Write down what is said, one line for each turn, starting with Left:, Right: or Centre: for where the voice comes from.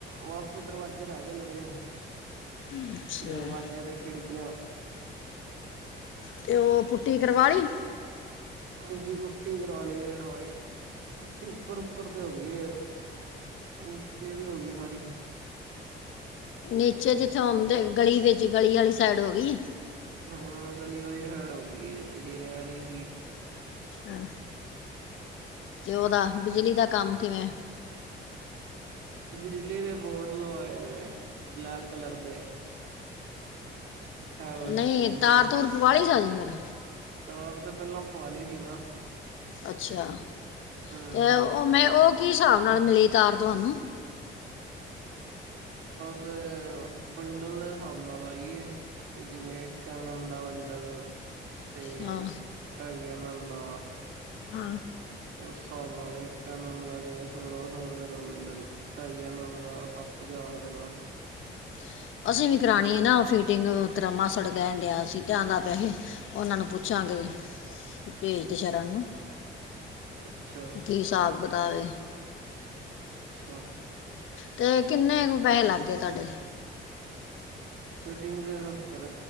Right: ਬਸ ਦਰਵਾਜੇ ਰਹਿ ਗਏ ਲੱਗਣੇ
Left: ਅੱਛਾ
Right: ਦਰਵਾਜ਼ੇ ਤੇ ਖਿੜਕੀਆਂ
Left: ਤੇ ਉਹ ਪੁੱਟੀ ਕਰਵਾ ਲਈ
Right: ਹਾਂਜੀ, ਪੁੱਟੀ ਕਰਵਾ ਲਈਏ ਸਾਰੀ ਪੁੱਟੀ ਉੱਪਰ ਉੱਪਰ ਤੇ ਹੋ ਗਈ ਨੀਚੇ ਵੀ ਹੋ ਗਈ ਸਾਰੀ
Left: ਨੀਚੇ ਜਿੱਥੇ ਆਉਂਦੇ, ਗਲੀ ਵਿੱਚ ਗਲੀ ਵਾਲੀ ਸਾਈਡ ਹੋ ਗਈ
Right: ਹਾਂ ਗਲੀ ਵਾਲੀ ਸਾਈਡ ਹੋ ਗਈ ਹੈ ਜਿਹੜੀ ਰਹਿ ਰਹੀ ਸੀ
Left: ਹਾਂ ਤੇ ਉਹਦਾ, ਬਿਜਲੀ ਦਾ ਕੰਮ ਕਿਵੇਂ
Right: ਬਿਜਲੀ ਦੇ ਬੋਰਡ ਲਵਾਏ ਨੇ ਬਲੈਕ ਕਲਰ ਦੇ ਹੈਵਲਸ
Left: ਨਹੀਂ
Right: ਕੰਪਨੀ
Left: ਤਾਰ ਤੂਰ
Right: ਦੇ
Left: ਪਵਾ ਲਈ ਸਾਜੇ ਫਿਰ
Right: ਤਾਰ ਤੇ ਪਹਿਲਾਂ ਪੁਆਲੀ ਸੀ ਨਾ
Left: ਅੱਛਾ,
Right: ਹੂੰ
Left: ਤੇ ਉਹ ਮੈਂ ਉਹ ਕੀ ਹਿਸਾਬ
Right: ਤੇ
Left: ਨਾਲ ਮਿਲੀ ਤਾਰ ਤੁਹਾਨੂੰ
Right: <unintelligible> ਵੰਡਲ ਦੇ ਹਿਸਾਬ ਨਾਲ ਆਈਏ, ਜਿਵੇਂ ਇੱਕ ਐਮ ਐਲ ਦਾ ਵੰਡਲ ਤੇ
Left: ਹਾਂ
Right: ਢਾਈ ਐਮ ਐਮ ਦਾ
Left: ਹਾਂ।
Right: ਉਸ ਹਿਸਾਬ ਨਾਲ ਇੱਕ ਐਮ ਐਮ ਦਾ ਜਿਵੇਂ ਸੋਲਾਂ ਸੌ ਰੁਪਏ ਦਾ ਵੰਡਲ, ਢਾਈ ਐਮ ਐਮ ਦਾ ਸੱਤ ਹਜ਼ਾਰ ਰੁਪਏ ਦਾ
Left: <inaudible> ਅਸੀਂ ਵੀ ਕਰਾਣੀ ਨਾ ਫਿਟਿੰਗ ਤੇਰਾ ਮਾਸੜ ਕਹਿਣ ਡਿਆ ਸੀ। ਕਹਿਣ ਲੱਗ ਪਿਆ ਸੀ ਉਹਨਾਂ ਨੂੰ ਪੁੱਛਾਂ ਤੇ ਭੇਜਦੇ ਸ਼ਰਨ ਨੂੰ
Right: ਅੱਛਾ
Left: ਕੀ ਹਿਸਾਬ ਕਿਤਾਬ ਏ
Right: ਅੱਛਾ
Left: ਤੇ ਕਿੰਨੇ ਕੁ ਪੈਹੇ ਲੱਗ ਗਏ ਤੁਹਾਡੇ
Right: ਫਿਟੀਂਗ ਦੇ ਸਤਰ